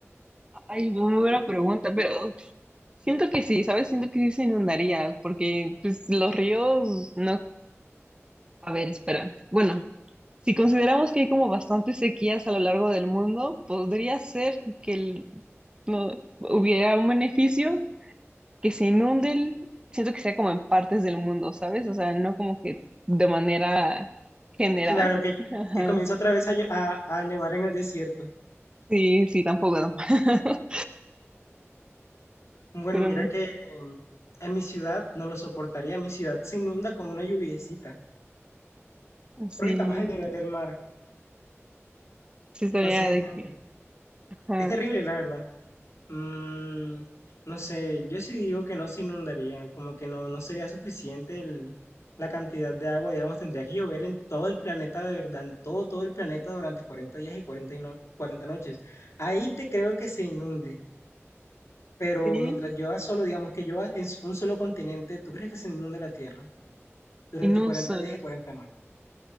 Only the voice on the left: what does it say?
Claro que,
que comienza otra vez a, llo- a- a nevar en el desierto.
Bueno,
mira
que mm, en mi ciudad no lo soportaría, mi ciudad se inunda con una lluviecita,
porque estamos al nivel del mar.
Entonces
es como
que
es terrible, la verdad. Mm, no sé, yo sí digo que no se inundaría, como que no, no sería suficiente el- la cantidad de agua, digamos, tendría que llover en todo el planeta de verdad, en todo, todo el planeta durante 40 días y 40 y no- 40 noches. Ahí te creo que se inunde, pero
mientras llueva solo, digamos que llueva en s- un solo continente, ¿tú crees que se inunde la Tierra durante
40
días y 40 noches?